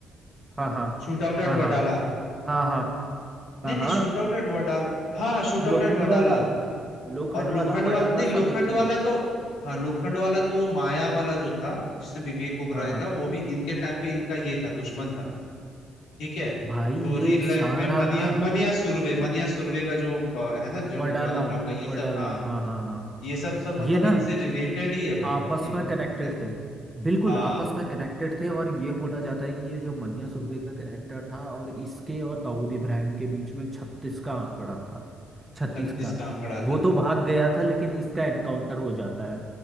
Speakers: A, on the right; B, on the left.
A: हाँ हाँ
B: Shootout at
A: हाँ
B: Wadala
A: हाँ हाँ हाँ हाँ
B: नहीं नहीं
A: हाँ
B: शूट आउट एट वडाला हाँ शूट
A: लोखंड
B: आउट एट वडाला
A: वाला लोखंड
B: और लोखंड
A: वाला
B: वाला
A: वडाला
B: नहीं लोखंड
A: सब एक ही
B: वाला
A: है
B: तो हाँ लोखंड वाला तो वो माया वाला जो था जिसमें विवेक ओबराय
A: हाँ हाँ
B: था वो भी इनके टाइम पे इनका ये था दुश्मन था ठीक है
A: भाई
B: तो
A: ये
B: रियल
A: सारा
B: लाइफ में मनिया
A: ना
B: मनिया सुर्वे मनिया सुर्वे का जो अ, है ना जॉ-
A: वडाला
B: जॉन अब्राहम का ये
A: वडाला
B: सब हाँ
A: हाँ हाँ हाँ
B: ये सब सब मतलब
A: ये ना
B: इनसे रिलेटेड ही है भाई
A: आपस
B: एक
A: में
B: दूसरे
A: कनेक्टेड
B: से
A: थे बिल्कुल
B: हाँ
A: आपस में कनेक्टेड थे और ये बोला जाता है कि ये जो मन्या सुरभि का करेक्टर था और इसके और दाऊद इब्राहिम के बीच में छत्तीस का आंकड़ा था छत्तीस
B: छत्तीस
A: का
B: का आंकड़ा था
A: वो तो भाग गया था लेकिन इसका एनकाउंटर हो जाता है